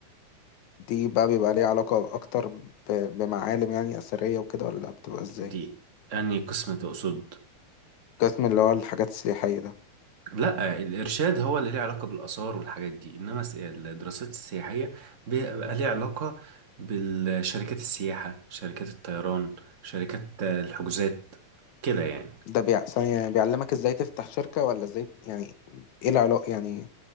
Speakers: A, on the left; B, on the right.
A: دي بقى بيبقى ليها علاقة أكتر ب- بمعالم يعني أثرية وكده ولا بتبقى إزاي؟
B: دي انهي قسم تقصد
A: قسم اللي هو الحاجات السياحية ده
B: لا الإرشاد هو اللي ليه علاقة بالآثار والحاجات دي إنما الس- الدراسات السياحية بيبقى ليه علاقة بالشركات السياحة شركات الطيران شركات آه، الحجوزات كده يعني
A: ده بيع... ثانية بيعلمك إزاي تفتح شركة ولا إزاي يعني إيه العلاقة يعني